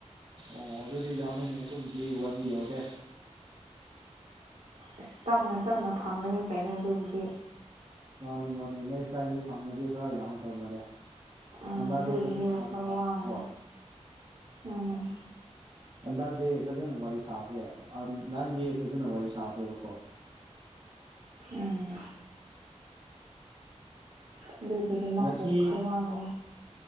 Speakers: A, on the right; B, on the right.
A: ꯑꯣ ꯑꯗꯨꯗꯤ ꯌꯥꯝꯃꯦꯅꯦ ꯑꯩꯈꯣꯏꯒꯤꯗꯤ ꯋꯥꯅꯤ ꯌꯥꯎꯗꯦ
B: ꯑꯁ ꯇꯞꯅ ꯇꯞꯅ ꯐꯪꯒꯅꯤ ꯀꯥꯏꯅꯣ ꯑꯗꯨꯕꯨꯗꯤ
A: ꯃꯥꯅꯤ ꯃꯥꯅꯤꯅꯦ ꯅꯦꯛꯁ ꯇꯥꯏꯝꯗꯤ ꯐꯪꯗꯤ꯭ꯔ ꯌꯥꯎ ꯁꯧ ꯃꯂꯦ
B: ꯑꯥ
A: ꯍꯟꯗꯗꯤ
B: ꯑꯗꯨꯒꯤꯗꯤ
A: ꯐꯖꯅ
B: ꯋꯥꯈꯜ
A: ꯋꯥꯔꯤ ꯁꯥꯥꯔꯦ
B: ꯋꯥꯒꯅꯨ
A: ꯀꯣ
B: ꯎꯝ
A: ꯍꯟꯗꯛꯁꯦ ꯐꯖꯅ ꯋꯥꯔꯤ ꯁꯥꯈ꯭ꯔꯦ ꯅꯍꯥꯟꯗꯤ ꯐꯖꯅ ꯋꯥꯔꯤ ꯁꯥꯗꯦꯕꯀꯣ
B: ꯎꯝ ꯑꯗꯨꯒꯤꯗꯤ ꯃꯥꯄꯨ
A: ꯉꯁꯤ
B: ꯈꯔ ꯋꯥꯡꯉꯣ